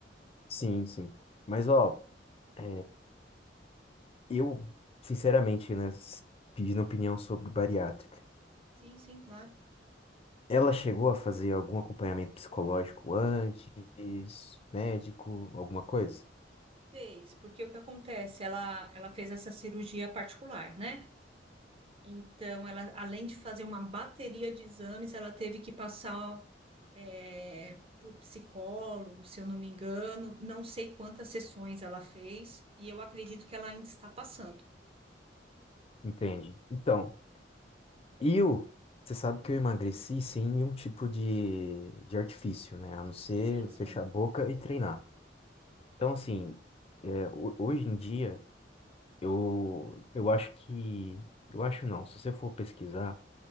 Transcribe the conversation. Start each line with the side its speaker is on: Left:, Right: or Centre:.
Left: sim, sim. Mas, ó, é, eu, sinceramente, né, s- pedindo opinião sobre bariátrica,
Right: Sim, sim, claro.
Left: ela chegou a fazer algum acompanhamento psicológico antes, médico, alguma coisa?
Right: Fez, porque o que acontece? Ela, ela fez essa cirurgia particular, né? Então, ela, além de fazer uma bateria de exames, ela teve que passar é, por psicólogo, se eu não me engano. Não sei quantas sessões ela fez, e eu acredito que ela ainda está passando.
Left: Entende? Então, eu, você sabe que eu emagreci sem nenhum tipo de, de artifício, né? A não ser
Right: Sim, sim,
Left: fechar a boca e treinar. Então, assim, é, ho- hoje em dia, eu, eu acho que. Eu acho não, se você for pesquisar,